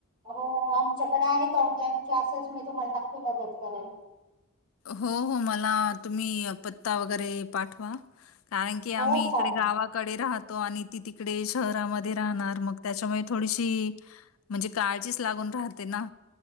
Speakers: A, on the right (about 25°); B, on the left (about 85°).
A: हो आमच्याकडे आहेत ऑनलाईन क्लासेस मी तुम्हाला नक्की मदत करेन
B: हो हो मला तुम्ही पत्ता वगैरे पाठवा कारण की
A: हो
B: आम्ही इकडे
A: चालेल
B: गावा कडे राहतो आणि ती तिकडे शहरामध्ये राहणार मग त्याच्यामुळे थोडीशी म्हणजे काळजीच लागून राहते ना